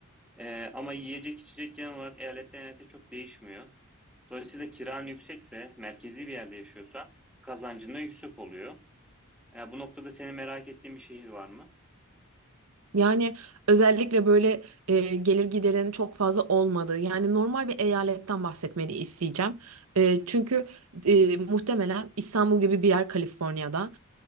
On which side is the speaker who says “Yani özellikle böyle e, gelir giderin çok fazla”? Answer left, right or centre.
Right